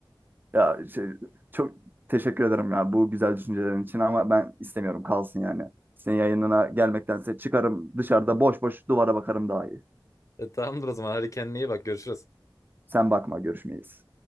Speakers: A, on the right (about 25°); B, on the left (about 40°).
A: Ya şey, çok teşekkür ederim ya bu güzel düşüncelerin için ama ben istemiyorum kalsın yani. Senin yayınına gelmektense çıkarım dışarıda boş boş duvara bakarım daha iyi.
B: E, tamamdır o zaman. Hadi kendine iyi bak. Görüşürüz.
A: Sen bakma görüşmeyiz.